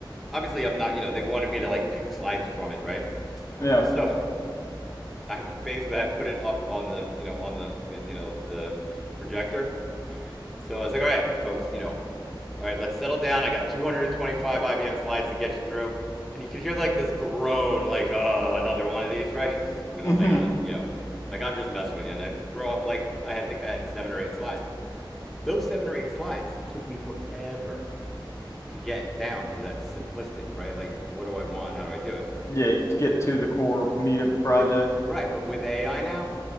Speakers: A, in the centre; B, on the left.
A: obviously I'm not, you know, they wanted me to like pick slides from it, right?
B: yeah,
A: So <laughs> I basically I put it up on the, you know, on the, you know, the projector. So I was like, all right, folks, you know, all right, let's settle down. I got 225 IBM slides to get you through. And you could hear like this groan, like, oh, another one of these, right? <laughs> And
B: hmm
A: I was like, ah, you know, like I'm just messing with you. And I throw up like, I think I had seven or eight slides. Those seven or eight slides took me forever to get down to that simplistic, right? Like, what do I want? How do I do it?
B: yeah, to get to the core meat of the project.
A: with right, but with AI now,